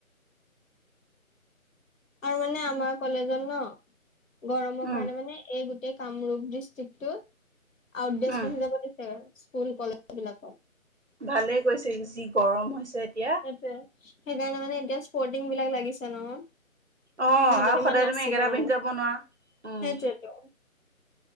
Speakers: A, on the left; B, on the right.
A: আৰু মানে আমাৰ কলেজত ন' গৰমৰ
B: উম
A: কাৰণে মানে এই কামৰূপ ডিষ্ট্ৰিক্টটোত আউটড ড্ৰেছ
B: উম
A: পিন্ধি যাব দিছে স্কুল কলেজবিলাকত।
B: ভালেই কৰিছে, যি গৰম হৈছে এতিয়া।
A: তাকে। সেইকাৰণে মানে এতিয়া স্পৰ্টিংবিলাক লাগিছে ন'।
B: অ'
A: মই দুদিনমান
B: আৰু সদায়
A: নাছিলোঁ,
B: তুমি একেটা পিন্ধি যাব নোৱাৰা। উম।
A: সেইটোয়েতো।